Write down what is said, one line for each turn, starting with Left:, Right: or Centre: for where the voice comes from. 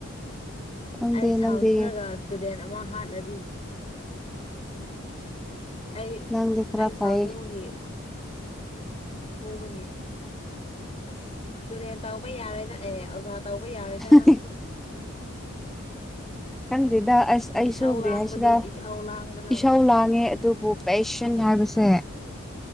Centre: ꯈꯪꯗꯦ
Left: ꯑꯩ ꯁꯥꯎꯅꯤꯡꯉꯒ
Centre: ꯅꯪꯗꯤ
Left: ꯁꯇꯨꯗꯦꯟ ꯑꯃ ꯍꯥꯠꯂꯗꯤ ꯑꯩ
Centre: ꯅꯪꯗꯤ ꯈꯔ
Left: ꯑꯩ ꯁꯥꯎꯅꯤꯡꯕꯒꯤ
Centre: ꯐꯩꯌꯦ
Left: ꯐꯨꯕꯒꯤ ꯑꯁ ꯁꯇꯨꯗꯦꯟ ꯇꯧꯕ ꯌꯥꯔꯣꯏꯗ ꯑꯦ ꯑꯣꯖꯥ ꯇꯧꯕ ꯌꯥꯔꯣꯏꯗ
Centre: ꯍ
Left: ꯅꯪꯁꯨ
Centre: ꯈꯪꯗꯦꯗ ꯑꯁ ꯑꯩ
Left: ꯏꯁꯧ
Centre: ꯁꯨ ꯀꯔꯤ
Left: ꯂꯥꯡꯕꯗꯣ
Centre: ꯍꯥꯏꯁꯤꯔꯥ
Left: ꯏꯁꯧ ꯂꯥꯡꯕꯗꯣ
Centre: ꯏꯁꯥꯎ ꯂꯥꯡꯉꯦ ꯑꯗꯨꯕꯨ ꯄꯦꯁꯟ ꯍꯥꯏꯕꯁꯦ